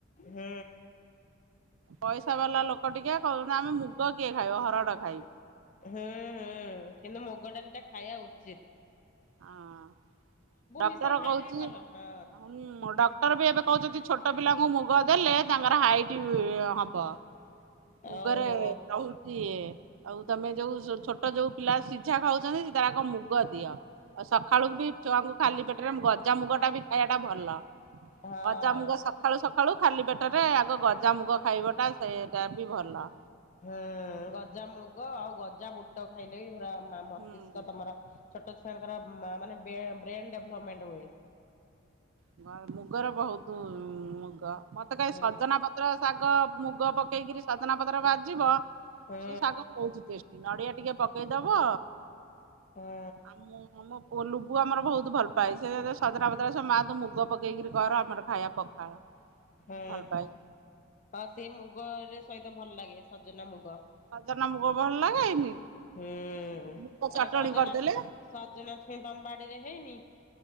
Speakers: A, on the left; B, on the right.
A: ହୁଁ।
B: ପଇସା ବାଲା ଲୋକୋଟିକେ କୋହୁଛନ୍ତି ଆମେ ମୁଗ କିଏ ଖାଇବ ହରଡ଼ ଖାଇ
A: ହୁଁ ହୁଁ କିନ୍ତୁ ମୁଗ ଡାଲି ଟା ଖାଇବା ଉଚିତ୍।
B: ହଁ ଡକ୍ଟର
A: ମିଶେଇ ଖାଇଲେ
B: କୋହୁଚି
A: ବି ଭଲ ହଁ
B: ହୁଁ ଡକ୍ କ୍ଟର ବି ଏବେ କହୁଛନ୍ତି ଛୋଟୋ ପିଲାଙ୍କୁ ମୁଗ ଦେଲେ ତାଙ୍କର ହାଇଟି ହବ। ମୁଗରେ
A: ଓହୋ।
B: ରହୁଚି ଏ ଆଉ ତମେ ଯୋଉ ଛୋ ଛୋଟୋ ଯୋଉ ପିଲା ସିଝା ଖାଉଛନ୍ତି <unintelligible> ମୁଗ ଦିଅ। ଆଉ ସଖାଳୁକୁ ବି ଛୁଆଙ୍କୁ ଖାଲି ପେଟରେ ମୁଗ ଜା ମୁଗଟା ବି ଖାଇବାଟା ଭଲ
A: ହଁ।
B: ଗଜାମୁଗ ସ ଖାଳୁ ସଖାଳୁ ଖାଲି ପେଟରେ ଆଗ ଗଯା ମୁଗ ଖାଇବଟା ସେଟା ବି ଭଲ।
A: ହୁଁ ଗଜା ମୁଗ ଆଉ ଗଜା ବୁଟ ଖାଇଲେ ବି ପୁରା ମା ମସ୍ତିଷ୍କ
B: ହୁଁ।
A: ତମର ଛୋଟୋ ଛୁଆଙ୍କର ମା ମାନେ ବେ ବ୍ରେନ୍ ଡେଭଲପମେଣ୍ଟ ହୁଏ।
B: <unintelligible> ମୁଗର ବହୁତୁ ମୁଗ ମତେ କାଇଁ
A: ହୁଁ
B: ସଜନା ପ ପତ୍ର ଶାଗ ମୁଗ ପକେଇକିରି ସଜନା ପତ୍ର ଭାଜିବ
A: ହୁଁ
B: ସିଏ ଶାଗ ବୋହୁତୁ ଟେଷ୍ ଷ୍ଟି ନଡିଆ ଟିକେ ପକେଇଦବ
A: ହୁଁ
B: ଆମ <unintelligible> ପୁଅ ଲୁବୁ ଆମର ବୋହୁତୁ ଭଲ ପାଏ ସିଏ <unintelligible> ସଜନା ପତ୍ର <unintelligible> ମା ତ ମୁଗ ପକେଇକିରି କର ଆମର ଖାଇବା ପଖାଳ।
A: ହୁଁ
B: ଭଲ ପାଏ
A: ତ ସେ ମୁଗରେ ସହିତ ଭଲ ଲାଗେ ସଜନା ମୁଗ।
B: ସଜନା ମୁଗ ଭଲ ଲାଗେଇନି
A: ହୁଁ।
B: ମୁଗ
A: ଆଉ
B: ଚଟଣି
A: ସଜନା
B: କରିଦେଲେ।
A: ସଜନା ଛୁଇଁ ତମ ବାଡ଼ିରେ ହେଇନି।